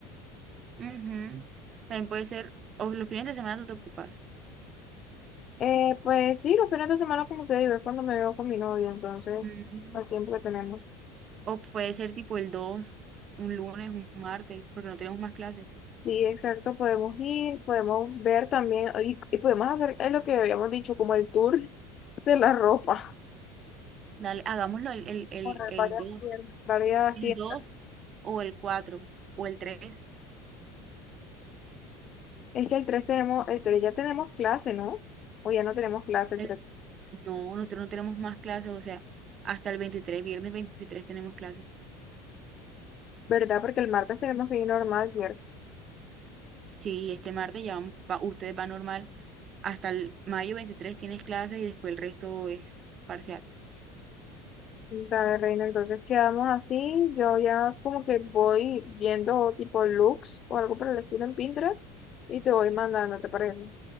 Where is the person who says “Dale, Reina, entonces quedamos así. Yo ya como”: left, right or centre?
Left